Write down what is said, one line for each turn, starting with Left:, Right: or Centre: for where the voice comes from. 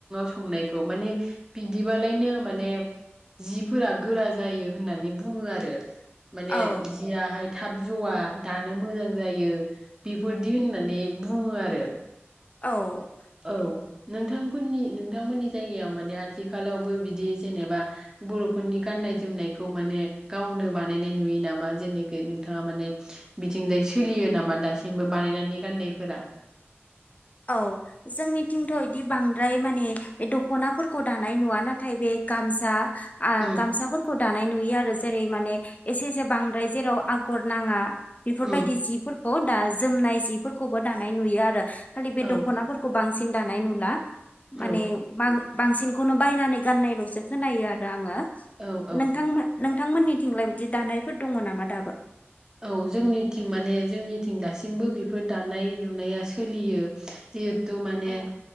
Right: संनायखौ मान बिदिबालायनो माने फोरा गोरा जायो होननानै बुङो आरो। माने
Left: औ
Right: जिया हाय थाब जवा दानो मोजां जायो बेफोरदि होननानै बुङो आरो।
Left: औ
Right: औ
Left: दे
Right: नोंथां नि नोंथांमोननि जायगायाव माने आथिखालावबो बिदि जेनेबा बर' फोरनि गान्नाय जोमनायखौ माने गावनो बानायनाय नुयो नामा जेनेखि नोंथाङा माने बिथिंजाय सोलियो नामा दासिमबो बानायनानै गाननायफोरा
Left: औ जोंनिथिंथ' बिदि बां बांद्राय माने बे दख'नाफोरखौ दानाय नुवा नाथाय बे गामसाा आ
Right: उम
Left: गामसाफोर खौ दानाय नुयो आरो जेरै माने एसे एसे बांद्राय जेराव आगर नाङा। बेफोरबायदि
Right: उम
Left: जिफोरखौ दा जोमनाय जिफोरखौबो दानाय नुयो आरो। खालि बे
Right: औ
Left: दख'नाफोरखौ बांसिन दानाय नुला। माने
Right: औ
Left: बां बांसिनखौनो बायनानै गाननायल'सो खोनायो आरो आङो।
Right: औ औ
Left: नोंथां मा नोंथांमोननिथिंलाय बिदि दानायफोर दङ नामा दाबो?
Right: औ जोंनिथिं माने जोंनिथिं दासिमबो बेफोर दानाय लुनाया सोलियो जि थु माने
Left: औ